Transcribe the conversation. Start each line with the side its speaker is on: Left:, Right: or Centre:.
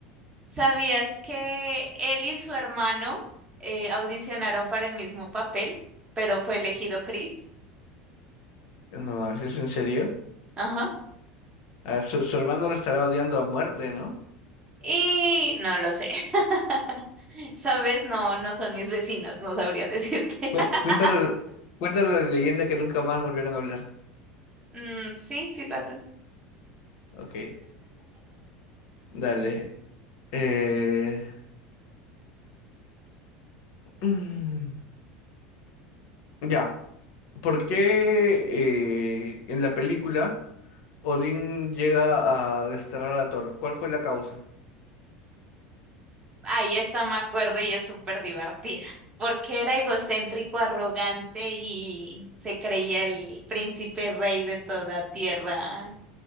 Right: ¿Sabías que él y su hermano eh, audicionaron para el mismo papel, pero fue elegido Chris?
Left: No mames, ¿es en serio?
Right: Ajá.
Left: Ah, su, su hermano lo estará odiando a muerte, ¿no?
Right: Y no lo sé. <laughs> ¿Sabes? No, no son mis vecinos, no sabría decirte.
Left: Cué-
Right: <laughs>
Left: Cuéntale, cuéntale la leyenda que nunca más volvieron a hablar.
Right: Mm, sí, sí lo hacen.
Left: Ok, dale. Eh... mm, Ya. ¿Por qué eh, en la película Odín llega a desterrar a Thor? ¿Cuál fue la causa?
Right: Ahí está, me acuerdo, y es súper divertida, porque era egocéntrico, arrogante y se creía el príncipe rey de toda tierra,